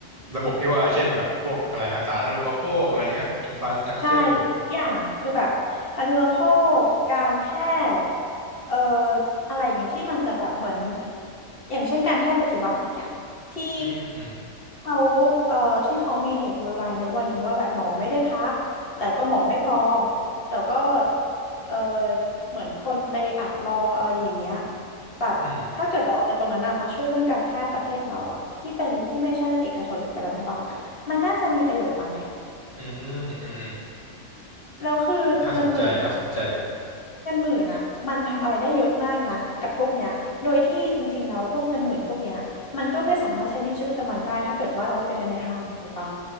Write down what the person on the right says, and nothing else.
ระบบที่ว่าเช่นแบบพวกอะไรฮะสาธารณูปโภคอะไรเงี้ยอินฟราสตรักเจอร์
อืมอืม
อืมอืมอืมอืม
น่าสนใจน่าสนใจ